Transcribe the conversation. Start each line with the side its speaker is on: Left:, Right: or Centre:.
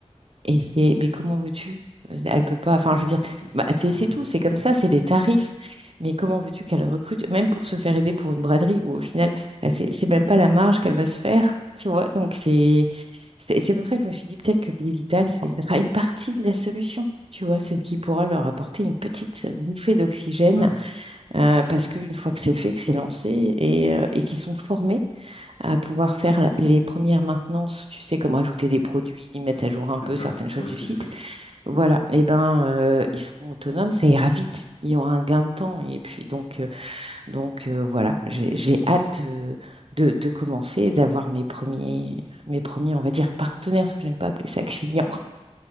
Right: et c'est, mais comment veux-tu? Euh, Elle peut pas, enfin,
Left: Bah,
Right: je veux
Left: c'est
Right: dire, bah, c'est
Left: impossible.
Right: c'est tout, c'est comme ça, c'est les tarifs. Mais comment veux-tu qu'elle recrute, même pour se faire aider pour une braderie, où au final, elle fait, c'est même pas la marge qu'elle va se faire, tu vois? Donc, c'est, c'est c'est pour ça que je me suis dit, peut-être que le digital, c'est, ça sera une partie de la solution, tu vois? C'est ce qui pourra leur apporter une petite bouffée d'oxygène,
Left: Bah,
Right: euh, parce qu'une fois que c'est fait, que c'est lancé, et, euh, et qu'ils sont formés à pouvoir faire la- les premières maintenances, tu sais, comme rajouter des produits, mettre à jour un peu
Left: c'est ça,
Right: certaines
Left: sur
Right: choses
Left: le
Right: du
Left: site,
Right: site,
Left: oui.
Right: voilà, eh ben, euh, ils seront autonomes, ça ira vite, il y aura un gain de temps. Et puis donc, euh, donc euh, voilà, j'ai j'ai hâte de, de, de commencer, d'avoir mes premiers, mes premiers, on va dire, partenaires, parce que j'aime pas appeler ça clients.